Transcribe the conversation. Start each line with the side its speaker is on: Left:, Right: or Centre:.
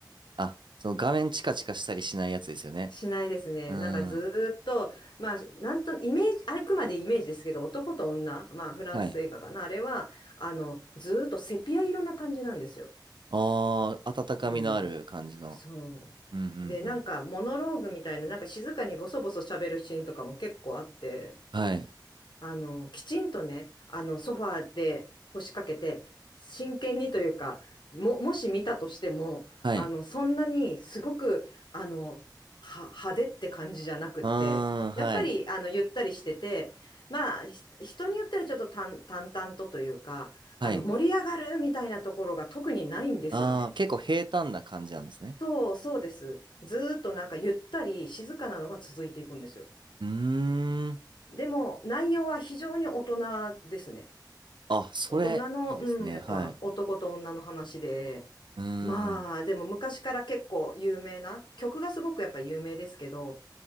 Right: あ、その画面チカチカしたりしないやつですよね。
Left: しないですね。
Right: うん。
Left: なんかずーっと、まあ、なんと、イメージ、あくまでイメージですけど、男と女、まあ、フランス映画かな、
Right: はい。
Left: あれは、あの、ずーっとセピア色な感じなんですよ。
Right: ああ、温かみのある感じの。
Left: うん。そう。
Right: うんうんうん。
Left: で、なんかモノローグみたいな、なんか静かにボソボソ喋るシーンとかも結構あって、
Right: はい。
Left: あの、きちんとね、あの、ソファーで腰掛けて、真剣にというか、も、もし見たとしても、
Right: はい。
Left: あの、そんなにすごく、あの、は、派手って感じじゃなくって、
Right: うーん、はい。
Left: やっぱり、あの、ゆったりしてて、まあ、ひ人によったらちょっと淡淡々とというか、あの、
Right: はい。
Left: 盛り上がるみたいなところが特にないんですよね。
Right: ああ、結構平坦な感じなんですね。
Left: そう、そうです。ずーっとなんかゆったり静かなのが続いていくんですよ。
Right: うーん。
Left: でも内容は非常に大人ですね。
Right: あ、それ、
Left: 大人の、
Right: いいですね。
Left: うん、やっぱ男と女の話で、
Right: はい。うーん。
Left: まあでも昔から結構有名な、曲がすごくやっぱ有名ですけど、